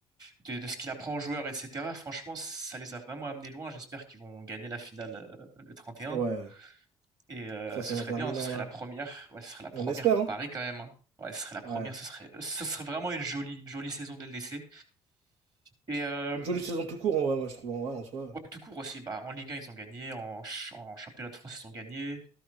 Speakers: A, on the right; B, on the right.
A: de, de ce qu'il apprend aux joueurs, etc. Franchement, ça les a vraiment amenés loin. J'espère qu'ils vont gagner la finale euh, le 31.
B: Ouais,
A: Et euh,
B: face
A: ce
B: à l'Inter
A: serait bien,
B: Milan,
A: ce serait
B: là.
A: la première. Ouais, ce serait la première
B: On espère,
A: pour
B: hein.
A: Paris quand même. hein. Ouais, ce serait la première.
B: Ouais.
A: Ce serait, ce serait vraiment une jolie, une jolie saison dès le DC. Et euh,
B: Une jolie saison tout court, en vrai, moi, je trouve, en vrai, en soi.
A: ouais, tout court aussi. Bah, en Ligue 1, ils ont gagné. En, ch- en championnat de France, ils ont gagné.